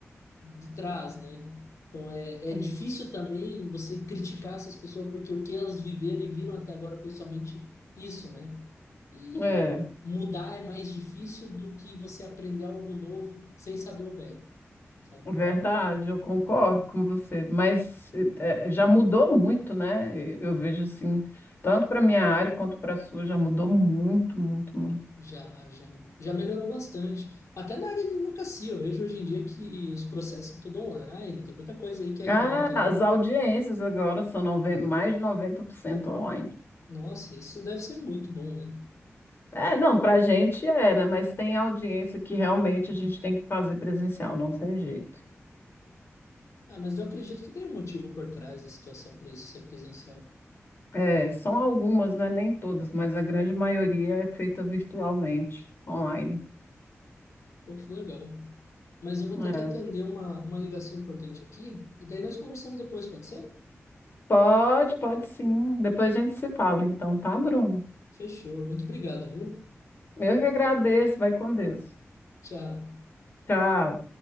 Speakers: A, on the left; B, on the left.
A: de trás, né? Então é,
B: Hum.
A: é difícil também você criticar essas pessoas porque o que elas viveram e viram até agora foi somente isso, né? E
B: É.
A: mudar é mais difícil do que você aprender algo novo sem saber o velho, sabe?
B: Verdade, eu concordo com você, mas eh, já mudou muito, né? Eu eu vejo assim, tanto para minha área quanto para a sua, já mudou muito, muito, muito.
A: Já, já, já melhorou bastante. Até na área de advocacia, eu vejo hoje em dia que os processos são tudo online, tem muita coisa aí que é remota,
B: Ah,
A: né?
B: as audiências agora são nove- mais de 90% online.
A: Nossa, isso deve ser muito bom, né?
B: É, não, para a gente é, né? Mas tem audiência que realmente a gente tem que fazer presencial, não tem jeito.
A: Ah, mas eu acredito que tem um motivo por trás da situação para isso ser presencial.
B: É, são algumas, né? Nem todas, mas a grande maioria é feita virtualmente, online.
A: Pô, que legal. Mas eu vou
B: É.
A: ter que atender uma, uma ligação importante aqui. E daí nós conversamos depois, pode ser?
B: Pode, pode sim. Depois a gente se fala, então, tá, Bruno?
A: Fechou. Muito obrigado, viu?
B: Eu que agradeço. Vai com Deus.
A: Tchau.
B: Tchau.